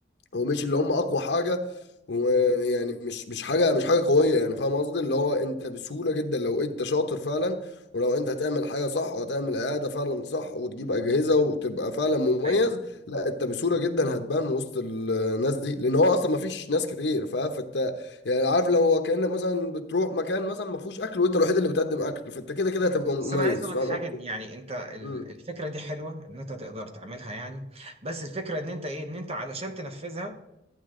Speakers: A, on the left; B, on the right.
A: هو مش اللي هم اقوى حاجه ويعني مش مش حاجه مش حاجه قويه يعني فاهم قصدي اللي هو انت بسهوله جدا لو انت شاطر فعلا ولو انت هتعمل حاجه صح وهتعمل اعاده فعلا صح وتجيب اجهزه وتبقى فعلا مميز
B: ايوه
A: لا انت بسهوله جدا هتبان وسط الناس دي لان هو اصلا ما فيش ناس كتير فاهم فانت يعني عارف لو هو كانك مثلا بتروح مكان مثلا ما فيهوش اكل وانت الوحيد اللي بتقدم اكل فانت كده كده هتبقى مميز
B: بس انا عايز اقول
A: فاهم
B: لك حاجه
A: قصدي
B: إن يعني انت ال-
A: مم.
B: الفكره دي حلوه ان انت تقدر تعملها يعني بس الفكره ان انت ايه ان انت علشان تنفذها